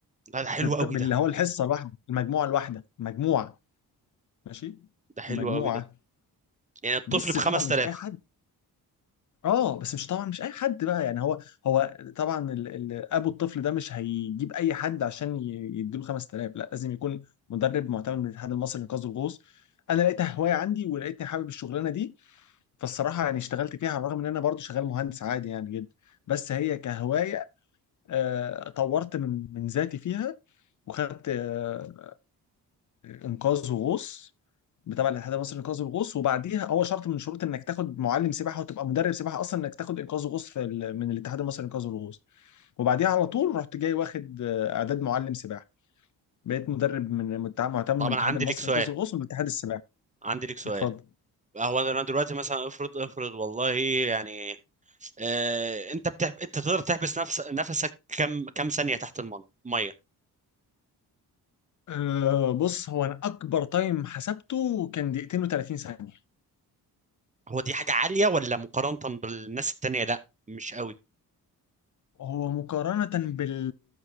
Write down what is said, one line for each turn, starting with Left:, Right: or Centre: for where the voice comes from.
Right: لا ده حلو
Left: بالت...
Right: قوي
Left: باللي
Right: ده
Left: هو الحصة الواحدة المجموعة الواحدة مجموعة ماشي
Right: ده حلو
Left: المجموعة
Right: قوي ده يعني الطفل
Left: بس
Right: ب 5000
Left: طبعا مش اي حد اه بس مش طبعا مش اي حد بقى يعني هو هو طبعا ال ال ابو الطفل ده مش هيجيب اي حد عشان ي- يديله 5000 لا لازم يكون مدرب معتمد من الاتحاد المصري لانقاذ الغوص انا لقيتها هوايه عندي ولقيتني حابب الشغلانه دي فالصراحه يعني اشتغلت فيها على الرغم ان انا برضو شغال مهندس عادي يعني جدا بس هي كهوايه آه، طورت من من ذاتي فيها وخدت آه، انقاذ وغوص تبع الاتحاد المصري لانقاذ الغوص وبعديها هو شرط من شروط انك تاخد معلم سباحه وتبقى مدرب سباحه اصلا انك تاخد انقاذ غوص في ال... من الاتحاد المصري لانقاذ الغوص وبعديها على طول رحت جاي واخد آه، اعداد معلم سباحه بقيت مدرب من متع- معتمد
Right: طب
Left: من الاتحاد
Right: انا عندي
Left: المصري
Right: لك سؤال
Left: لانقاذ الغوص ومن اتحاد السباحه
Right: عندي لك سؤال
Left: اتفضل
Right: آه، هو انا دلوقتي مثلا افرض افرض والله يعني آه انت بتح... انت تقدر تحبس نفس... نفسك كم كم ثانيه تحت الميه
Left: أه بص هو انا اكبر تايم حسبته كان دقيقتين و30 ثانيه
Right: هو دي حاجة عالية ولا مقارنة بالناس التانية لا مش قوي
Left: هو مقارنه بال